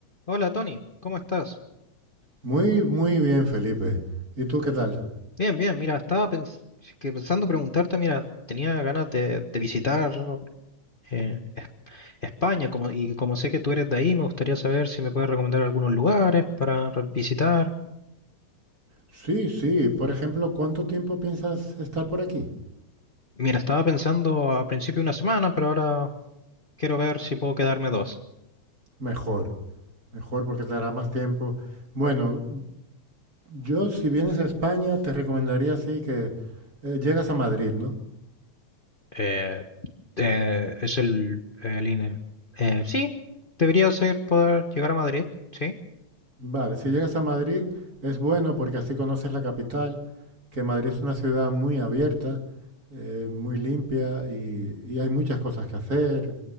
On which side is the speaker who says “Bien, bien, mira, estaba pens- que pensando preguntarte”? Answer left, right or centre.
Left